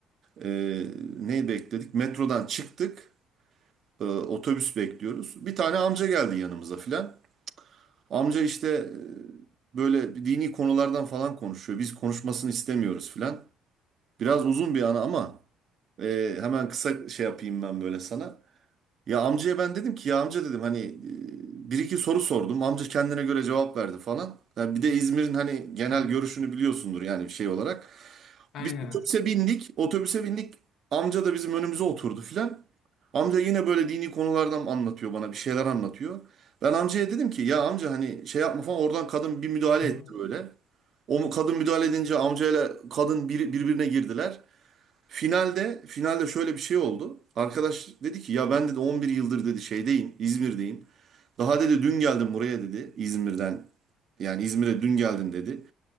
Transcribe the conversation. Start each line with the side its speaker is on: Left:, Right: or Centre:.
Right: E, neyi bekledik? Metrodan çıktık. E, otobüs bekliyoruz. Bir tane amca geldi yanımıza filan. Amca işte e, böyle dini konulardan falan konuşuyor. Biz konuşmasını istemiyoruz filan. Biraz uzun bir ana ama e, hemen kısa şey yapayım ben böyle sana. Ya amcaya ben dedim ki ya amca dedim hani e, bir iki soru sordum. Amca kendine göre cevap verdi falan. Ya bir de İzmir'in hani genel
Left: Hı.
Right: görüşünü biliyorsundur yani bir şey olarak.
Left: Aynen.
Right: Biz otobüse bindik. Otobüse bindik. Amca da bizim önümüze oturdu filan. Amca yine böyle dini konulardan anlatıyor bana bir şeyler anlatıyor. Ben amcaya dedim ki ya amca hani şey yapma falan oradan kadın bir müdahale
Left: Hı
Right: etti
Left: hı.
Right: böyle. O mu- kadın müdahale edince amcayla kadın bir, birbirine girdiler. Finalde finalde şöyle bir şey oldu. Arkadaş dedi ki ya ben dedi 11 yıldır dedi şeydeyim, İzmir'deyim. Daha dedi dün geldim buraya dedi İzmir'den. Yani İzmir'e dün geldim dedi.